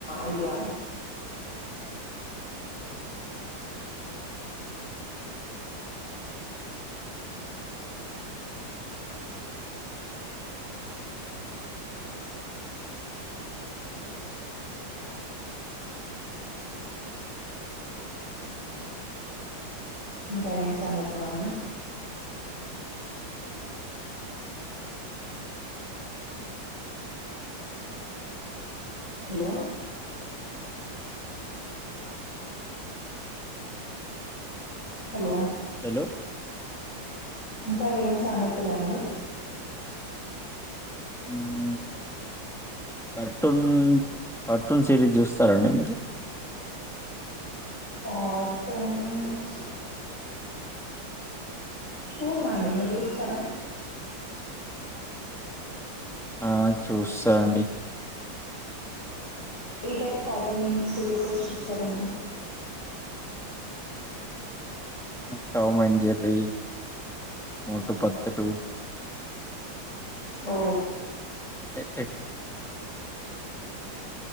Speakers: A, on the left (about 35°); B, in the centre.
A: ఐడియా ఇ ఇంకేం సంగతులండి. హలో హలో
B: హలో
A: ఇంకా ఏం సాంగ్ సంగతులండి
B: మ్ కార్టూన్ కార్టూన్ సిరీస్ చూస్తారండి మీరు
A: కార్టూన్స్ చూడ్నండి మీరు చూస్తరా
B: ఆ చూస్తా అండి.
A: ఏ టైప్ కార్టూన్ రీసెస్ చూస్తారండి.
B: టామెన్, జెర్రీ మోటు, పత్లు
A: ఓ
B: ఎ- ఎ-